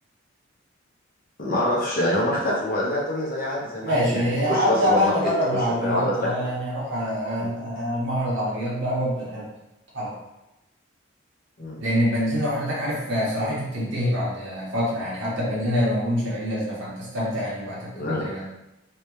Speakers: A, on the left; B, on the right.
A: ما اعرفش يعني هم اختفوا ما- لا الدنيا زي عادي زي
B: ماشي
A: ما هي يعني تخش
B: هبدأ
A: بقى سوبر
B: بقى
A: ماركت
B: نجرب
A: تخش
B: العربيات
A: تلاقي عربيات
B: اه
A: راكنه
B: يعني اروح آه، آه،
A: أمم،
B: المعرض عربيات بقى وابدأ يلا العب
A: أمم.
B: لان البنزين لو حضرتك عارف آه، صلاحيته بتنتهي بعد آه، فترة يعني حتى البنزين اللي هيبقى موجود مش هيبقى ليه لازمة فانت استمتع يعني بوقتك
A: آه.
B: بدري بدري